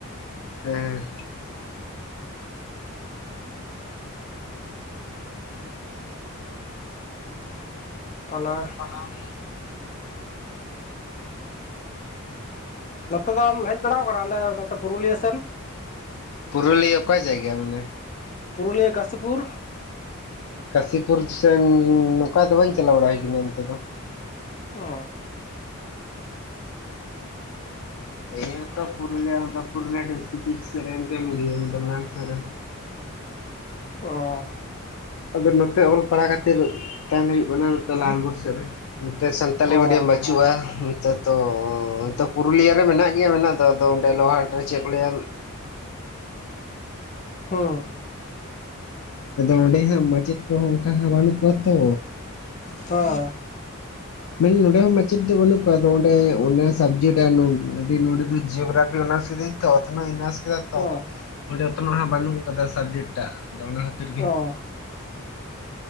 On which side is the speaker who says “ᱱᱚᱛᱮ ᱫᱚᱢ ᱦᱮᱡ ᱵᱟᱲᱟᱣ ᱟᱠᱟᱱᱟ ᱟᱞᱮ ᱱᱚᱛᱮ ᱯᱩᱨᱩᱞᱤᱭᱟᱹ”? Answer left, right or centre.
Left